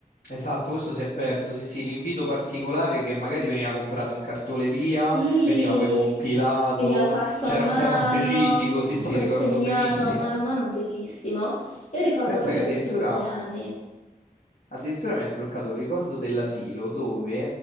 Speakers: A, on the left; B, on the left.
A: Esatto, questo si è perso. Sì, sì, l'invito particolare che magari veniva comprato in cartoleria,
B: Sì,
A: veniva poi compilato,
B: veniva fatto
A: c'era
B: a mano,
A: un tema specifico. Sì, sì,
B: consegnato
A: ricordo benissimo.
B: a mano a mano, bellissimo. E io ricordo
A: Pensa
B: proprio
A: che addirittura
B: questi compleanni.
A: Addirittura mi ha sbloccato un ricordo dell'asilo dove